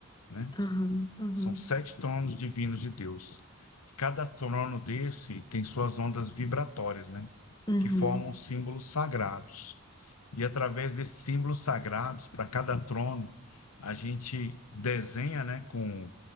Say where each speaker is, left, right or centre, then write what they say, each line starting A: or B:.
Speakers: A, on the left; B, on the left.
A: né?
B: Aham. Uhum.
A: São sete tronos divinos de Deus. Cada trono desse tem suas ondas vibratórias, né?
B: Uhum.
A: Que formam símbolos sagrados. E através desses símbolos sagrados, para cada trono, a gente desenha, né? Com,